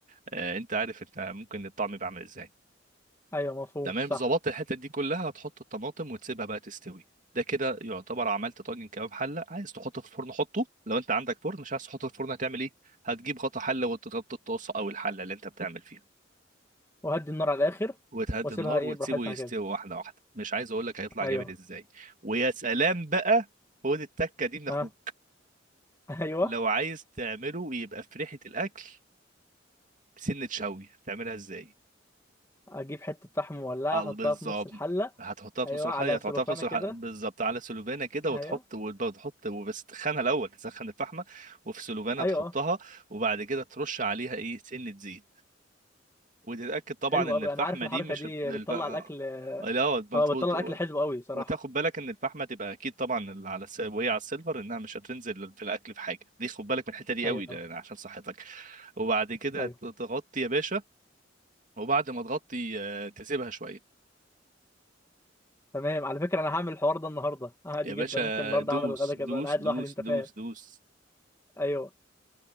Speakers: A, on the right; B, on the left.
A: آه، انت عارف انت ممكن الطعم يبقى عامل ازاي
B: ايوه مفهوم
A: تمام
B: صح
A: ظبطت الحته دي كلها هتحط الطماطم وتسيبها بقى تستوي ده كده يعتبر عملت طاجن كباب حله عايز تحطه في الفرن حطه لو انت عندك فرن مش عايز تحطه في الفرن هتعمل ايه هتجيب غطا حله وتغطي الطاسه او الحله اللي انت بتعمل فيها
B: وهدي النار على الاخر
A: وتهدي
B: واسيبها
A: النار
B: ايه
A: وتسيبه
B: براحتها
A: يستوي
B: كده
A: واحده واحده مش عايز اقول لك هيطلع
B: ايوه
A: جامد ازاي ويا سلام بقى خد التكه دي من اخوك
B: ها <laughs> ايوه
A: لو عايز تعمله يبقى في ريحه الاكل سنه شوي تعملها ازاي
B: اجيب حته فحم مولعه
A: اه
B: احطها
A: بالظبط
B: في نص الحله
A: هتحطها في
B: ايوه
A: نص الحلقة
B: على
A: هتحطها
B: سلوفانه
A: في نص الحلقة
B: كده
A: بالظبط على سلوفانة كده وتحط
B: ايوه
A: وتحط وبس تخنها الأول تسخن الفحمة وفي سلوفانة
B: ايوه
A: تحطها
B: اه
A: وبعد كده ترش عليها إيه سنة زيت وتتأكد طبعا
B: حلو
A: إن
B: قوي
A: الفحمة
B: انا عارف الحركه
A: دي مش
B: دي
A: الف...
B: بتطلع
A: آه،
B: الاكل
A: لا ما
B: اه
A: تحط-
B: بتطلع الاكل حلو قوي صراحه
A: وتاخد بالك إن الفحمة تبقى أكيد طبعا على الس... وهي على السيلفر إنها مش هتنزل في الأكل في حاجة دي خد بالك من الحتة دي
B: ايوه
A: قوي لأن- عشان صحتك وبعد كده
B: ايوه
A: تغطي يا باشا وبعد ما تغطي آه، تسيبها شوية
B: تمام على فكره انا هعمل الحوار ده النهارده عادي
A: يا
B: جدا
A: باشا
B: ممكن النهارده
A: دوس
B: اعمل الغدا كده
A: دوس
B: انا قاعد لوحدي
A: دوس
B: انت فاهم
A: دوس دوس
B: ايوه